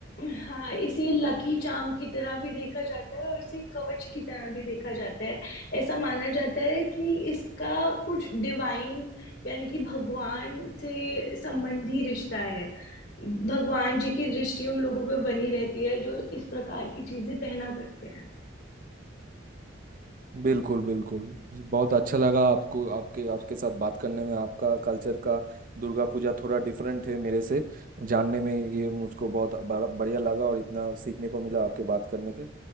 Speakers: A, on the left (about 65°); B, on the right (about 45°).
A: हाँ इसे लकी चार्म की तरह भी देखा जाता है और इसे कवच की तरह भी देखा जाता है ऐसा माना जाता है कि इसका कुछ डिवाइन यानी कि भगवान से संबंधी रिश्ता है भगवान जी की दृष्टि उन लोगों पे बनी रहती है जो इस प्रकार की चीजें पहना करते हैं
B: बिल्कुल बिल्कुल बहुत अच्छा लगा आपको आपके आपके साथ बात करने में आपका कल्चर का दुर्गा पूजा थोड़ा डिफरेंट है मेरे से जानने में ये मुझको बहुत बड़ा- बढ़िया लगा और इतना सीखने को मिला आपके बात करने के